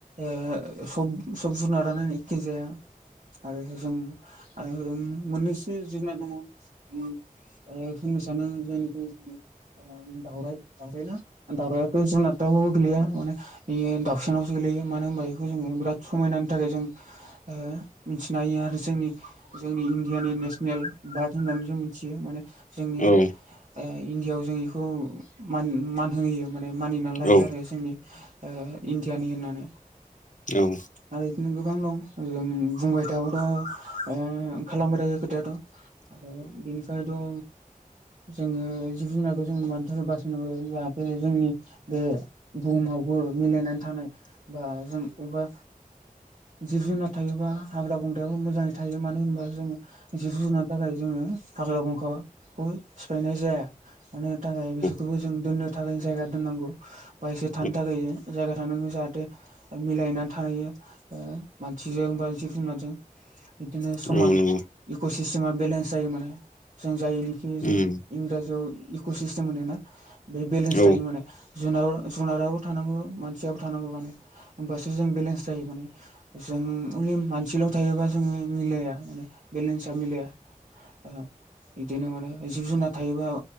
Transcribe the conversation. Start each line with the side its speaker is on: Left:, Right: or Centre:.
Right: ओ सब सब जुनारानो एखे जाया आरो जों ओ मोननै जिब जुनार दंङ ओ होननो सानो जायनिख्रुइ ओ दावराय दावउरायना दावरायथ' जुनाद दावबो गोलैया माने बियो दाउसेनावसो गोलैयो मानो होनबा जोंङो बिराद समायनानि थाखाय जों ओ मिथिनो हायो आरो जोंनि जोंनि इण्डियानि नेसनेल भार्क होननानै जों मिथियो माने जोंनि
Left: उम
Right: ओ इण्डियाआव जों बेखौ मान होहोयो माने मानिनानै
Left: औ
Right: लायो
Left: औ
Right: आरो जोंनि ओ इणडियानि होननानै
Left: औ
Right: आरो बिदिनो गोबां दं जों बुंबाय थाबाथ' ओ खालामबाय थायो खोथाया आरो बिनिखायथ' जोंङो जिब जुनारखौ जों मानोथार बासायनांगौ जाहाथे जोंनि बे बुहुमावबो मिलायनानै थानाय बा जों अबेबा जिब जुनार थायोबा हाग्रा बंगायाबो मोजाङै थायो मानो होनबा जोंङो जिब जुनार थाखाय जोंङो हाग्रा बंग्राखौनो सिफायनाय जाया मानो थाखाय बिसोरखौबो
Left: औ
Right: जों दोननो थाखाय जायगा दोननांगौ बासे
Left: औ
Right: थानो थाखाय जायगा थांनांगौ जाहाथे मिलायना थायो ओ मानसिजों बा जिब जुनारजों बिदिनो
Left: औ
Right: समान
Left: औ नंगौ
Right: इक' सिस्टेमा बेलेन्स जायो माने जों जायनिखिनि जों
Left: उम
Right: इंराजियाव इक' सिस्टेम होनो ना बे बेलेन्स
Left: औ
Right: थायो माने जुन जुनाराबो थानांगौ मानसियाबो थानांगौ माने होमबासो जों बेलेन्स जायो माने जों अनलि मानसिल' थायोबा जोंङो मिलाया माने बेलेन्सा मिलाया ओ बिदिनो माने जिब जुनार थायोबा